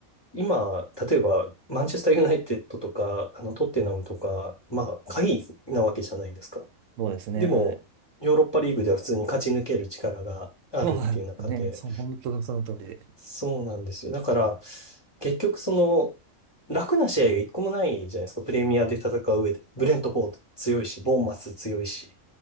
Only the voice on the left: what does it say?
今、例えば、マンチェスターユナイテッドとか、あの、トッテナムとか、まあ、下位なわけじゃないですか。
でも、
ヨーロッパリーグでは普通に勝ち抜ける力があるっていう中で、
そうなんですよ。だから、結局その、楽な試合が一個もないじゃないですか。プレミアで戦う上で。ブレントフォード強いし、ボーンマス強いし。